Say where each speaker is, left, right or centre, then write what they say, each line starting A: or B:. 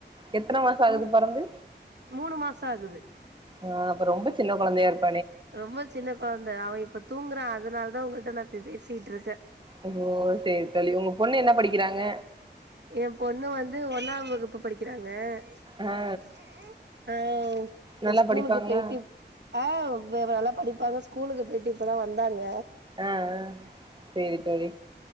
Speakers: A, on the right; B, on the right.
A: எத்தன மாசோ ஆகுது
B: தூ
A: பொறந்து
B: மூணு மாச ஆகுது
A: ஆ அப்ப ரொம்ப சி சின்ன கொழந்தையா இருக்
B: ரொம்ப சின்ன கொழந்த அவ இப்ப தூங்குறா அதனாலதா அதா உங்கள்கிட்ட நா இப்ப பேசிட்டு இருக்கே
A: ஓ சேரி தோழி உங்க பொண்ணு என்ன படிக்கிறாங்க
B: எ பொண்ணு வந்து ஒன்னாம் வகுப்பு படிக்கிறாங்க
A: ஆ
B: உம் ஆஹ ஆஹ ஆ
A: நல்லா
B: எ ஸ்கூலுக்கு
A: படிப்பாங்களா
B: போய்ட்டு ஆ நல்லா படிக் இப்பஅதா ஸ்கூலு போயிட்டு இப்பதா வந்தாங்க
A: ஆ ஆ சரி தோழி